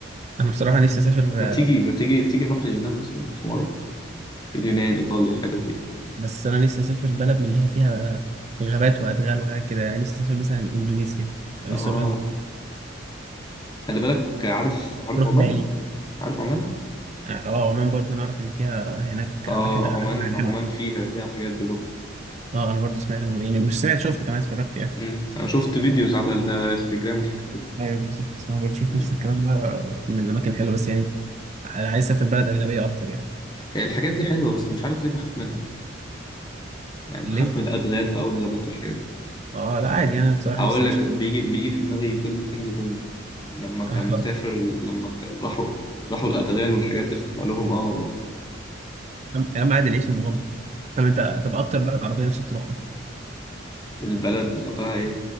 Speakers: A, on the right; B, on the left.
A: انا بصراحة نفسي اسافر
B: ما
A: آه،
B: تيجي ما تيجي تيجي نروح اليونان مثلا في مرة اليونان إيطاليا الحتت دي
A: بس انا نفسي اسافر بلد من اللي هي فيها آه، غابات وادغال وحاجات كده يعني نفسي اسافر مثلا اندونيسيا أنا
B: اه
A: نفسي اروح
B: خلي بالك عارف عارف
A: نروح
B: عمان
A: بالي
B: عارف عمان
A: اه آه، عمان برضو نعرف ان فيها هناك
B: اه
A: اماكن غابات
B: عمان
A: كتير
B: عمان
A: حلوه
B: فيها فيها الحاجات دي برضه
A: اه انا برضو سمعت الموضوع يعني مش سمعت شفت كمان اتفرجت يعني
B: أمم. انا شفت فيديوز على الانستجرام وحاجات كده
A: ايوه بالظبط انا برضو شفت
B: أمم.
A: نفس الكلام ده من الاماكن الحلوه بس يعني انا عايز اسافر بلد اجنبيه اكتر يعني
B: هي الحاجات دي حلوة بس مش عارف ليه بخاف منها يعني
A: ليه؟
B: بخاف من الأدغال بقى والغابات والحاجات دي
A: اه لا عادي انا بصراحه
B: هقول
A: لسه اعيش
B: لك بيجي بيجي في دماغي فيلم كينج كونج لما كان
A: اه
B: مسافر لما كان راحوا راحوا الأدغال والحاجات دي فطلع لهم اه والله
A: <laughs> يا عم عادي نعيش المغامره طب انت طب اكتر بلد عربيه نفسك تروحها؟
B: البلد اللي قبلها إيه؟